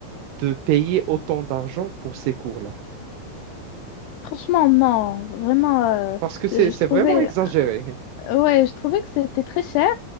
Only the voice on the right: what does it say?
de payer autant d'argent pour ces cours-là?
Parce que c'est,
c'est
vraiment exagéré.